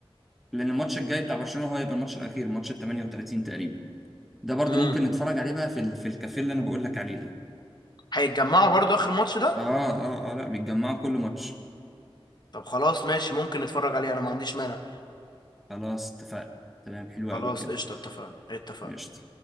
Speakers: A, in the centre; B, on the left.
A: لأن الماتش الجاي بتاع برشلونة هو هيبقى الماتش الأخير ماتش ال 38 تقريبا ده برضو
B: امم
A: ممكن نتفرج عليه بقى في ال... في الكافيه اللي انا بقول لك عليه ده
B: هيتجمعوا برضو اخر ماتش ده
A: اه اه اه لا بيتجمعوا كل ماتش
B: طب خلاص ماشي ممكن نتفرج عليه انا ما عنديش مانع
A: خلاص اتفقنا تمام حلو
B: خلاص
A: قوي كده
B: قشطة اتفقنا اتفقنا
A: قشطة